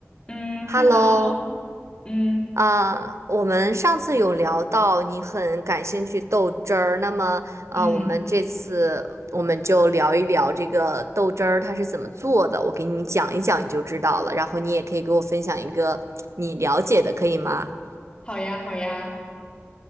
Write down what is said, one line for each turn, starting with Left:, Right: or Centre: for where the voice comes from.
Left: 嗯，Hello，
Right: Hello，
Left: 嗯
Right: 啊、我们上次有聊到你很感兴趣豆汁儿，那么啊、
Left: 嗯，
Right: 我们这次我们就聊一聊这个豆汁儿它是怎么做的，我给你讲一讲你就知道了，然后你也可以给我分享一个你了解的，可以吗？
Left: 好呀好呀。